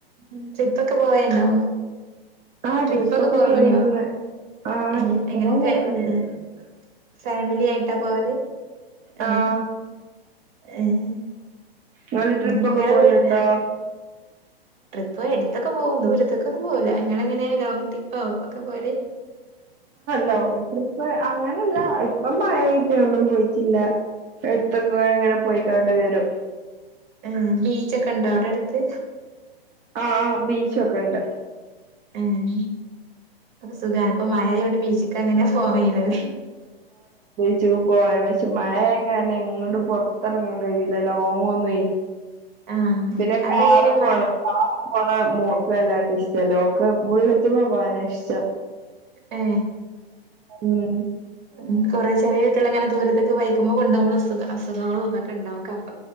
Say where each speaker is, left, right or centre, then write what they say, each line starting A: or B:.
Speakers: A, on the right; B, on the right.
A: ഉം ട്രിപ്പൊക്കെ പോയയുണ്ടോ
B: ആ
A: ട്രിപ്പൊക്കെ പോയീനോ
B: പോയിന്ന് ആ
A: ഏ
B: ട്രിപ്പൊക്കെ
A: എങ്ങനെ
B: പോക്ക്ണ്ട്
A: ഏഹ് ഫാമിലി ആയിട്ടാ പോയത് ഏഹ്
B: ആഹ്
A: ഏഹ്
B: നിങ്ങള് ട്രിപ്പൊക്കെ
A: ഇനി ഇങ്ങളെ
B: പോകലുണ്ടോ
A: വീട് ഇത്ര അടുത്തൊക്കെ പോകും ദൂരത്തൊക്കെ ഒന്നും പോവില്ല നിങ്ങള് എങ്ങനെ ലോങ് ട്രിപ്പ് ഒക്കെ പോകല്
B: ലോങ്ങ് ട്രിപ്പ് അങ്ങനെയല്ല ഇപ്പം മഴ ആയിട്ട് ടെയുംപോയി ഇല്ല അടുത്തെങ്ങാനും അങ്ങനെ പോയി കാണ്ട് വരും
A: ഉം ബീച്ചൊക്കെ ഉണ്ടോ അവിടെ അടുത്ത്
B: ആഹ് ആഹ് ബീച്ചൊക്കെ ഉണ്ട്
A: ഉം സുഖാണ് ഇപ്പം മഴയായകൊണ്ട് ബീച്ച് ക്ക് ക്കങ്ങനെ പോകാൻ കഴിയില്ലല്ലേ
B: ഉച്ചക്ക് പോകാരുന്ന് പക്ഷേ മഴയായി ക്കാരണെ എങ്ങോട്ട് പുറത്തിറങ്ങാൻ കഴിയില്ലല്ലോ പോകുന്നേയ്
A: ആഹ്
B: പിന്നെ
A: അവിടെ
B: കാറിൽ
A: എങ്ങനെ മ
B: പോണം കാറ് ആ മോൾക്ക് അല്ലാണ്ട് ഇഷ്ടമല്ല ഓൾക്ക് ബുള്ളറ്റിൻമേൽ പോകാനാ ഇഷ്ടം
A: ഏ
B: ഉം
A: ഉം കുറെ ചെറിയത്തുള്ള ഇങ്ങനെ ദൂരത്തൊക്ക ബൈക്കുമ്മേ കൊ ണ്ടോമ്പളെ ചെറിയ അസുഖങ്ങളു വന്നിട്ടുണ്ടാവും ട്ടോ